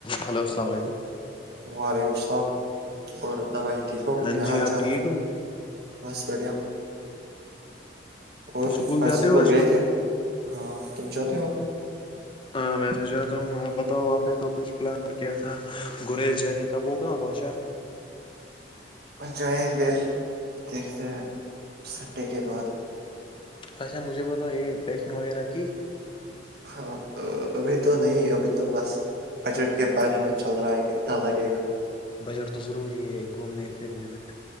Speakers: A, on the left; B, on the right.
A: hello السلام علیکم
B: وعلیکم السلام غورت بھائی ٹھیک ہو کیا
A: رنجی
B: حال
A: آپ
B: چال
A: ٹھیک ہو
B: بس بڑھیا اور
A: اسکول جاتے
B: آج سکول
A: ہو
B: گئے
A: کل
B: تھے ہاں تم سے ہوتی ہو
A: ہاں میں تو جاتا ہوں آپ بتاؤ آپ نے تو کچھ پلان کیا تھا گریز جے کب ہو کہاں پہنچا
B: وہ جائیں گے دیکھتے ہیں سنڈے کے بعد
A: اچھا مجھے بتاؤ یہ پیکنگ وغیرہ کی
B: ہاں ابھی تو نہیں ابھی تو بس بجٹ کے بارے میں چل رہا ہے کتنا لگے گا
A: بجٹ تو ضروری ہے گھومنے پھرنے میں